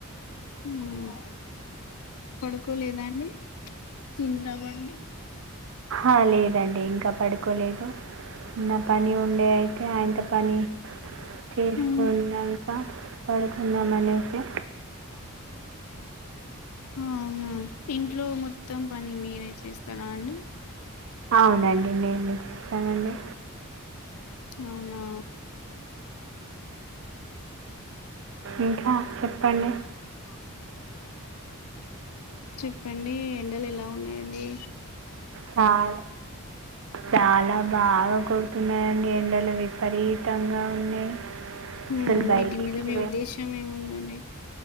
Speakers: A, on the left; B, on the right.
A: హుమ్ పడుకోలేదా అండి తిన్నమండి
B: అ లేదండి ఇంక పడుకోలేదు నా పని ఉండే అయితే ఆఇంత పని తీసుకునంక
A: మ్మ్.
B: పడుకుందంమనే <unintelligible>
A: అవునా ఇంట్లో మొత్తం పని మీరే చేస్తార అండి
B: అవునండి నేనే స్తానండీ
A: అవునా
B: ఇంక చెప్పండి
A: <inaudible> చెప్పండి ఎండలు ఎలా ఉన్నయండి
B: చాలా చాలా బాగా కొడుతు న్నయండి ఎండలు విపరీతంగా ఉన్నాయి
A: హ్మ్
B: అసలు బయటికి
A: వీటి మీద మీ ఉద్దేశ్యం ఏముందండి డి